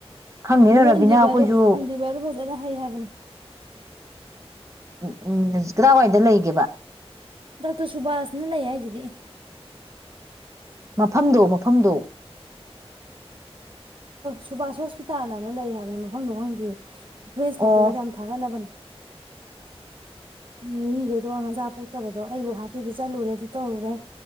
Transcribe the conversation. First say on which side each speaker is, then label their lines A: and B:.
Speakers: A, on the right; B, on the right.
A: ꯈꯪꯗꯦꯅ
B: ꯅꯪꯗꯣ
A: ꯔꯕꯤꯅꯥ
B: ꯏꯟꯗꯤꯚꯔ
A: ꯑꯩꯈꯣꯏꯁꯨ
B: ꯏꯟꯗꯤꯚꯔ ꯐꯖꯅ ꯍꯩ ꯍꯥꯏꯕꯅꯦ
A: ꯎꯝ ꯀꯗꯥꯏꯋꯥꯏꯗ ꯂꯩꯒꯦꯕ
B: ꯗꯥꯛꯇꯔ ꯁꯨꯕꯥꯁꯅ ꯂꯩ ꯍꯥꯏꯁꯤꯗꯤ
A: ꯃꯐꯝꯗꯣ ꯃꯐꯝꯗꯣ
B: ꯁꯨꯕꯥꯁ ꯍꯣꯁꯄꯤꯇꯥꯜ ꯍꯥꯏꯅ ꯂꯩ ꯍꯥꯏꯕꯅꯦ ꯃꯐꯝꯗꯣ ꯈꯪꯗꯦ ꯐꯦꯁꯕꯨꯛꯇꯒꯗꯤ
A: ꯑꯣ
B: ꯌꯥꯝ ꯊꯥꯒꯠꯅꯕꯅꯦ ꯎꯝ ꯃꯤꯈꯩꯗꯣ ꯑꯃ ꯃꯆꯥ ꯄꯣꯛꯇꯕꯗꯣ ꯑꯩ ꯒꯨꯍꯥꯇꯤꯗ ꯆꯠꯂꯨꯔꯦ ꯑꯗꯨ ꯇꯧꯔꯨꯔꯦ